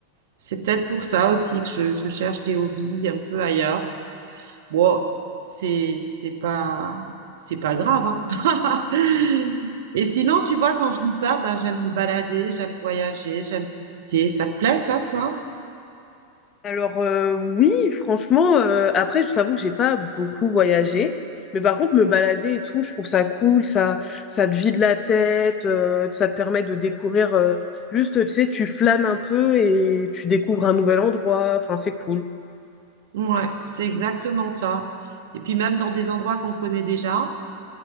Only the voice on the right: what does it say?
c'est peut-être pour ça aussi que je, je cherche des hobbies un peu ailleurs. Bon, c'est, c'est pas, c'est pas grave, hein. <laughs> Et sinon, tu vois, quand je lis pas, ben j'aime me balader, j'aime voyager, j'aime visiter. Ça te plaît, ça, toi?
Ouais, c'est exactement ça. Et puis même dans des endroits qu'on connaît déjà,